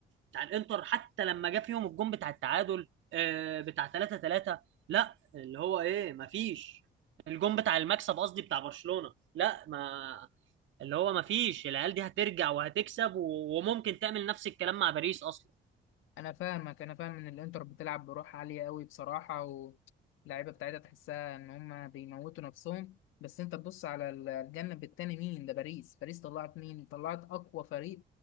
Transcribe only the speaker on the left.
انا فاهمك انا فاهم ان الانتر بتلعب بروح عاليه قوي بصراحه واللعيبه بتاعتها تحسها ان هم بيموتوا نفسهم بس انت تبص على ال- الجنب التاني مين ده باريس باريس طلعت مين طلعت اقوى فريق